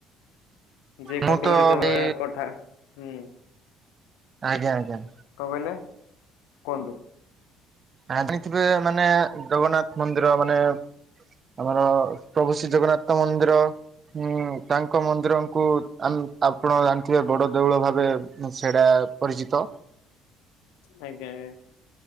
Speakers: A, on the left (about 70°); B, on the right (about 40°).
A: ଯେ କୋଟି
B: ମୁଁ ତ
A: କୋଟି ଦେବା
B: ବି
A: ଠା ହୁଁ।
B: ଆଜ୍ଞା ଆଜ୍ଞା।
A: କଣ କହିଲେ କୁହନ୍ତୁ?
B: ଆଣିଥିବେ ମାନେ ଜଗନ୍ନାଥ ମନ୍ଦିର ମାନେ ଆମର ପ୍ରଭୁ ଶ୍ରୀ ଜଗନ୍ନାଥ ମନ୍ଦିର। ହଁ ତାଙ୍କ ମନ୍ଦିରଙ୍କୁ ଆମେ ଆପଣ ଜାଣିଥିବେ ବଡ଼ ଦେଉଳ ଭାବେ ସେଇଟା ପରିଚିତ।
A: ଆଜ୍ଞା ଆଜ୍ଞା।